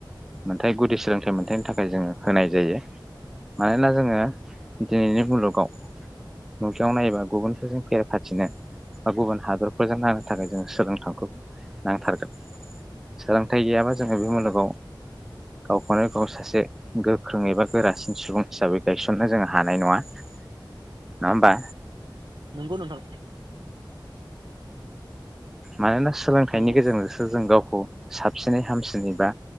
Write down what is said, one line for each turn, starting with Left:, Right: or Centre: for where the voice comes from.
Centre: मोनथाय गुदि सोलोंथाइ मोनथायनि थाखाय जोङो होनाय जायो मानोना जोङो दिनैनि मुलुगाव नुथायाव नायोबा गुबुनफोरजों फेर फाथिनो बा गुबुन हादर फोरजों नांनो थाखाय जों सोलोंथाखौ नांथारगोन सोलोंथाइ गैयाबा जोङो बे मुलुगाव गावखौनो गाव सासे गोख्रों एबा गोरासिन सुबुं हिसाबै गायसननो जोङो हानाय नङा नङा होमबा?
Right: नोंगौ नोंथां।
Centre: मानोना सोलोंथाइनि
Right: नंगौ
Centre: गेजेरजोंसो जों गावखौ साबसिनै हामसिनै बा